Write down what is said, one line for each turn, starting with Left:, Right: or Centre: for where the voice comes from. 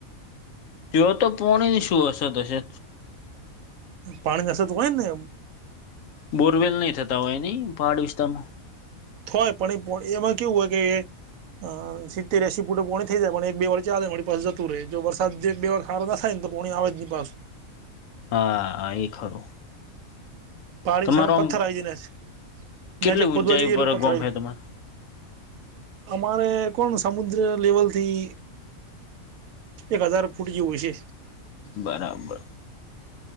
Left: જો તો પોણી ની શું અસર હશે
Right: પાણી જ અસર તોય ને
Left: બોરવેલ નહી થતા હોય નની પહાડ વિસ્તારમાં
Right: થય પણ એ એમાં કેવું હોય કે અ સિત્તેર્યાસી ફૂટ પ પોર્ણ થઈ જાય પણ એક બે વરથી આગંદવાડી પાસે જતું રહેે જો વરસાદ એક બે વાર ાર ના થાયને તો કોણી આવે જની પા
Left: હા એ ખરું
Right: પાડી
Left: તમારો
Right: સામે પથ્થર
Left: આમ
Right: આવી જાય નેચ
Left: કેટલી
Right: નેચે
Left: ઊંચાઈ
Right: કોુદવા જઈટ
Left: ઉપર
Right: પથ્થર
Left: ગોમ
Right: આવી
Left: હે
Right: ગાય
Left: તમારે
Right: અમારે કોણ સમુદ્ર લેવલથી એક હજાર ફૂટ જેવું છે
Left: બરાબર